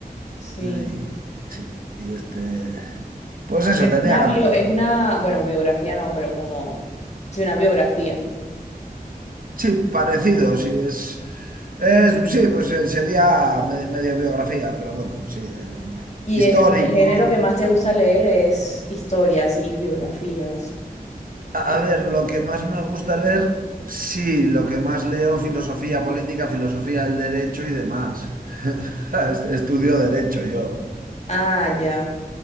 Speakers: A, on the left; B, on the right.
A: Sí.
B: Y, sí, y este, pues eso, tenía
A: Una
B: ganas
A: bio-
B: de
A: es una, bueno, biografía no, pero como, sí, una biografía.
B: Sí, parecido, sí, es, es- sí, pues eh, sería me- medio biografía, pero bueno, sí, eh,
A: Y
B: histórico.
A: es el género que más te gusta leer es historias y biografías. y-
B: A, a ver, lo que más me gusta leer, sí, lo que más leo, filosofía política, filosofía del derecho y demás. <laughs> Est- Estudio derecho yo,
A: Ah, ya,